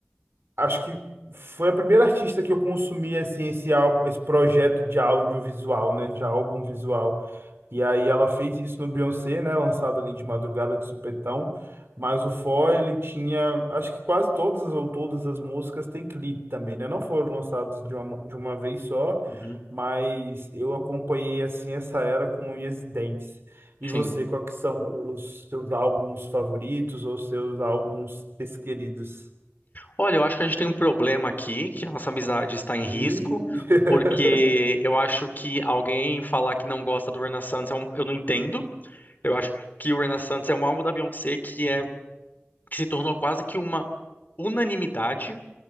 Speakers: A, on the right (about 60°); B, on the left (about 45°).
A: acho que foi a primeira artista que eu consumi assim esse álbum, esse projeto de audiovisual, né, de álbum visual. E aí ela fez isso no Beyoncé, né, lançado ali de madrugada de supetão, mas o For ele tinha, acho que quase todas as- ou todas as músicas têm clipe também, né? Não foram lançados de uma, de uma vez só,
B: Uhum,
A: mas eu acompanhei assim essa era com unhas e dentes. E
B: sim.
A: você, quais que são os seus álbuns favoritos ou seus álbuns preferidos?
B: Olha, eu acho que a gente tem um problema aqui, que a nossa amizade está em risco,
A: E. <laughs>
B: porque eu acho que alguém falar que não gosta do Renaissance, é um- eu não entendo. Eu acho que o Renaissance é um álbum da Beyoncé que é que se tornou quase que uma unanimidade